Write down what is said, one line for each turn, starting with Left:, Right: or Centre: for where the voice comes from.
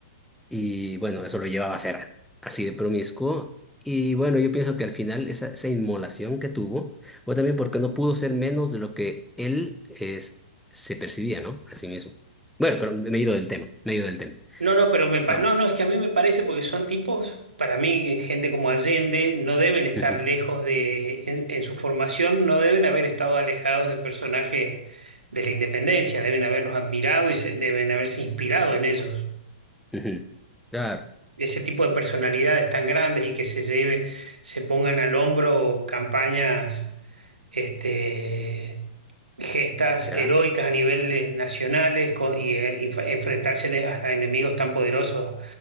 Centre: y bueno, eso lo llevaba a ser así de promiscuo y bueno, yo pienso que al final esa, esa inmolación que tuvo fue también porque no pudo ser menos de lo que él es, se percibía, ¿no? A sí mismo. Bueno, pero me he ido del tema, me he ido del tema.
Right: No, no, pero me, pa-
Centre: Vamos.
Right: no, no, es que a mí me parece porque son tipos, para mí, gente como Allende, no deben estar
Centre: Ujú,
Right: lejos de, en, en su formación, no deben haber estado alejados de personajes de la independencia, deben haberlos admirado y se- deben haberse inspirado en ellos.
Centre: ujú. Claro,
Right: Ese tipo de personalidades tan grandes y que se lleve, se pongan al hombro campañas este, gestas
Centre: claro.
Right: heroicas a niveles nacionales co- y eh, inf- enfrentarse ene- a enemigos tan poderosos